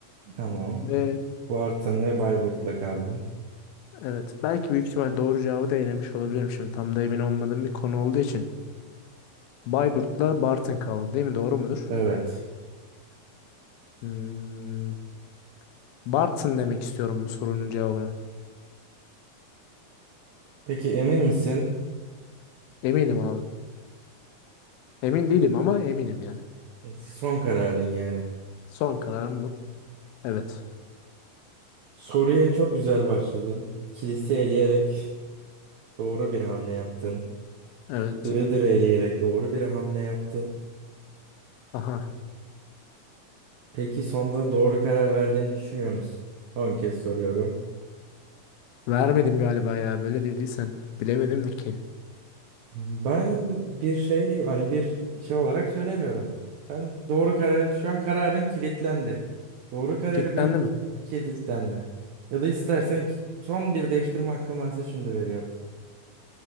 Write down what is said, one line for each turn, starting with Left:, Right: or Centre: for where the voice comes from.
Right: Tamam.
Left: Ve
Right: Bartın ve Bayburt'la kaldın.
Left: evet belki büyük ihtimal doğru cevabı da elemiş olabilirim şimdi tam da emin olmadığım bir konu olduğu için. Bayburt'la Bartın kaldı değil mi? Doğru mudur?
Right: Evet.
Left: Hmm, Bartın demek istiyorum bu sorunun cevabını.
Right: Peki emin misin?
Left: Eminim abi. Emin değilim ama eminim yani.
Right: Son kararın yani.
Left: Son kararım bu. Evet.
Right: Soruya çok güzel başladın. Kilise eleyerek doğru bir hamle yaptın.
Left: Evet.
Right: Iğdır'ı eleyerek doğru bir hamle yaptın.
Left: Aha.
Right: Peki sonda doğru karar verdiğini düşünüyor musun? 10 kez soruyorum.
Left: Vermedim galiba ya. Böyle dediysen. Bilemedim de ki.
Right: Ben bir şey hani bir şey olarak söylemiyorum. Sen doğru karar şu an kararın kilitlendi. Doğru kararı
Left: Kilitlendi
Right: verip
Left: mi?
Right: kilitlendi. Ya da istersen ki- son bir değiştirme hakkın varsa şimdi veriyorum.